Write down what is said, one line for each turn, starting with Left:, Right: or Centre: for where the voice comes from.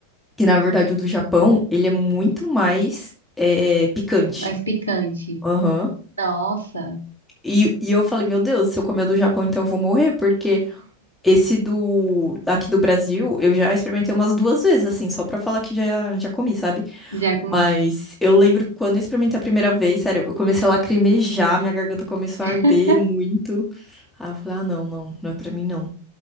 Centre: Que na verdade o do Japão, ele é muito mais eh, picante.
Left: Mais picante.
Centre: Aham.
Left: Nossa,
Centre: E, e eu falei, meu Deus, se eu comer o do Japão, então eu vou morrer, porque esse do aqui do Brasil, eu já experimentei umas duas vezes, assim, só pra falar que já, já comi, sabe?
Left: já comeu.
Centre: Mas eu lembro quando eu experimentei a primeira vez, sério, eu comecei a lacrimejar, minha garganta começou
Left: <laughs>
Centre: a arder muito. Aí eu falei, ah, não, não, não é pra mim, não.